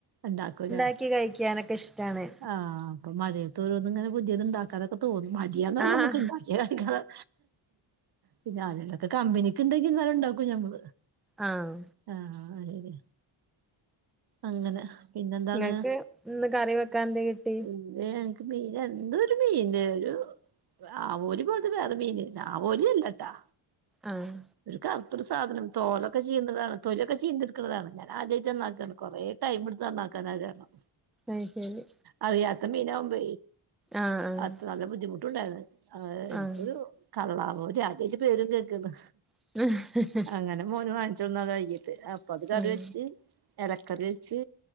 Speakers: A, on the right; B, in the centre.
A: ഉണ്ടാക്കൂലേ
B: ഉണ്ടാക്കി കഴിക്കാനൊക്കെ ഇഷ്ടാണ്.
A: ആഹ് അപ്പ മഴയത്ത് ഓരോന്ന ഇങ്ങനെ പുതിയത് ഉണ്ടാക്കാനൊക്കെ തോന്നു മടിയാണ്
B: ആഹ്
A: നമുക്ക് ഉണ്ടാക്കിയ കഴകാൻ പിന്നെ അതിലൊക്കെ കമ്പനിക്ക് ഉണ്ടെങ്കി ഇന്നോലം ഉണ്ടാക്കും ഞങ്ങൾ.
B: ആഹ്
A: ആഹ് അതത. അങ്ങനെ. പിന്നെന്താണ്
B: നിങ്ങൾക്ക് ഇന്ന് കറി വെക്കാൻ എന്ത് കിട്ടി.
A: അത എനിക്ക് മീൻ എന്തോ ഒരു മീൻ ഒരു. ആവോലി പോലത്തെ വേറെ മീൻ ആവോലില്ലട്ടാ.
B: ആഹ്
A: ഒരു കറത്തോരു സാധനം തോലൊക്കെ ചെയീണ്ടതാണ് തൊലൊക്കെ ചെയീന്തിടുക്കുന്നതാണ് ഞാൻ ആദ്യമായിട്ടാണ് നന്നാക്കാണ് കുറെ. ടൈം എടുത്താന്നക്കനാ കാരണം.
B: അത് ശരി
A: അറിയാത്ത മീന ആകുമ്പ
B: ആഹ് ആഹ്
A: അത്ര നല്ല ബുദ്ധിമുട്ടുണ്ടായിരുന്നു. അവ എന്തൊരു
B: ആഹ്
A: കള്ളാവോ ആദ്യായിട്ട പേരും കേക്കന്ന്.
B: <unintelligible>
A: അങ്ങനെ മോന് വാങ്ങിച്ചു കൊണ്ട് വന്നത വൈകീട്ട് അപ്പൊ അത് കറി
B: ഉം
A: വെച്ച്. ഇലക്കറി വെച്ച്